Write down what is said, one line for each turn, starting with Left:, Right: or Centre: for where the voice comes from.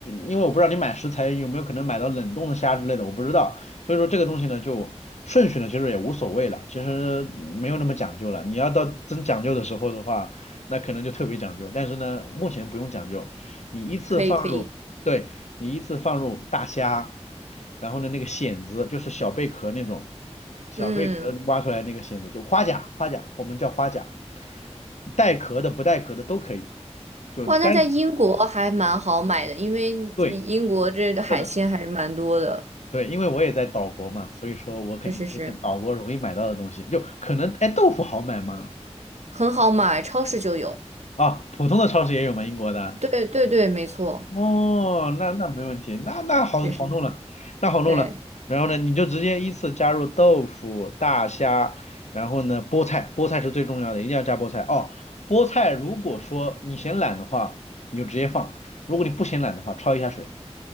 Left: 因为我不知道你买食材有没有可能买到冷冻的虾之类的，我不知道，所以说这个东西呢就顺序呢其实也无所谓了，其实没有那么讲究了。你要到真讲究的时候的话，那可能就特别讲究，但是呢目前不用讲究，你依次放入，
Right: 可以可以，
Left: 对，你依次放入大虾，然后呢那个蚬子就是小贝壳那种，小贝壳挖出来那个蚬子就花甲，
Right: 嗯，
Left: 花甲我们叫花甲，带壳的不带壳的都可以，就单
Right: 哇，那在英国还蛮好买的，因为这英国这个海鲜还是蛮多的，
Left: 对是的对，因为我也在岛国嘛，所以说我肯定推荐岛国容易买到的东西，
Right: 是是是，
Left: 就可能哎豆腐好买吗？
Right: 很好买，超市就有。
Left: 啊，普通的超市也有吗？英国的？
Right: 对对对，没错，
Left: 哦，那那没问题，那那好好弄了，
Right: 是是是，
Left: 那好弄了。
Right: 对。
Left: 然后呢，你就直接依次加入豆腐、大虾，然后呢，菠菜，菠菜是最重要的，一定要加菠菜哦。菠菜如果说你嫌懒的话，你就直接放；如果你不嫌懒的话，焯一下水，